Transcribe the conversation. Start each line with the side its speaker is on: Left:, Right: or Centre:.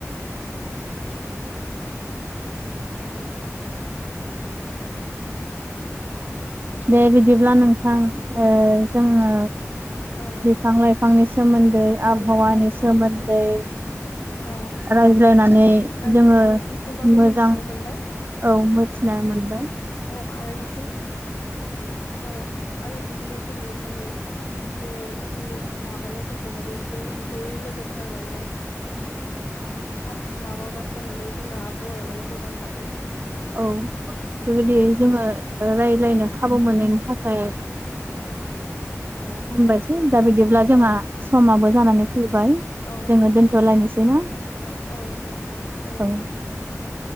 Left: औ
Right: दे बिदिब्ला नोंथां ओ जोङो
Left: औ
Right: बिफां लाइफांनि सोमोन्दै
Left: सोमोन्दै
Right: आबहावानि
Left: औ
Right: सोमोन्दै
Left: आबादनि औ
Right: रायज्लायनानै
Left: रायज्लायनानै
Right: जोङो
Left: एसेबाबो
Right: मोजां
Left: मिथिनो मोनबाय
Right: औ मिथिनाय मोनबाय
Left: अ आरोसे औ आरो बिदिनो जोङो माने बे जिनिस माबानाय माने इसोर जयै लोगो नांनानै
Right: <unintelligible>
Left: खाम माबाबासो माने जोंना आबहावाया माने मोजां थागोन
Right: औ बेबायदि
Left: औ
Right: जोङो रायज्लायनो खाबु मोननायनि थाखाय
Left: औ
Right: ओ हामबायसै
Left: गोजोननाय
Right: दा बिदिब्ला
Left: थाबाय
Right: जोंहा
Left: औ
Right: समाबो जानानै
Left: औ
Right: फैबाय जोङो
Left: औ
Right: दोनथ'लायनोसै ना
Left: औ औ दे औनो
Right: औ
Left: औ